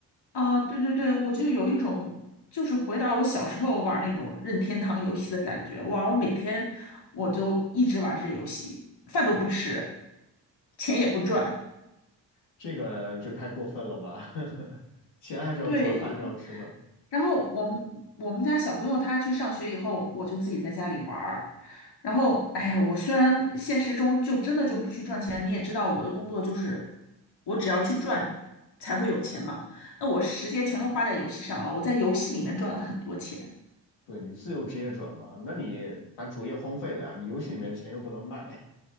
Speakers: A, on the left; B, on the left.
A: 啊！对对对，我就有一种就是回到我小时候玩那种任天堂游戏的感觉。哇，我每天我就一直玩这些游戏，饭都不吃，钱也不赚。
B: 这个就太过分了吧？<laughs> 钱还是要赚，
A: 对，
B: 饭还是要吃的。
A: 然后我们我们家小朋友他去上学以后，我就自己在家里玩儿。然后，哎呀，我虽然现实中就真的就不去赚钱，你也知道我的工作就是我只要去赚才会有钱嘛。那我时间全都花在游戏上了，我在游戏里面赚了很多钱。
B: 对你自由职业者嘛，那你把主业荒废了呀，你游戏里面的钱又不能卖。